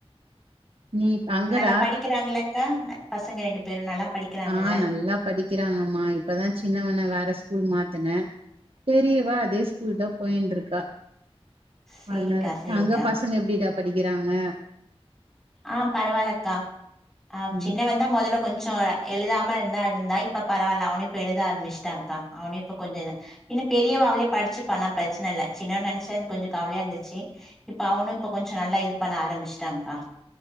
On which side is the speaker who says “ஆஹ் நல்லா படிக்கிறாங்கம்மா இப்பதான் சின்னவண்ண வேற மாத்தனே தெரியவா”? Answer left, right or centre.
Right